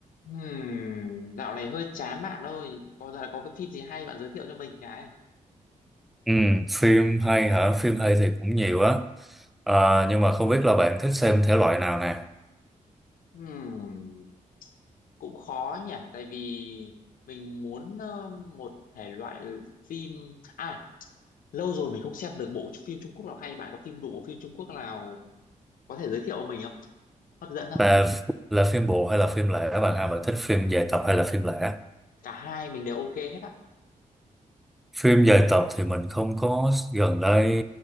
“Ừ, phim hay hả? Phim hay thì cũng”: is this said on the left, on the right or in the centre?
Centre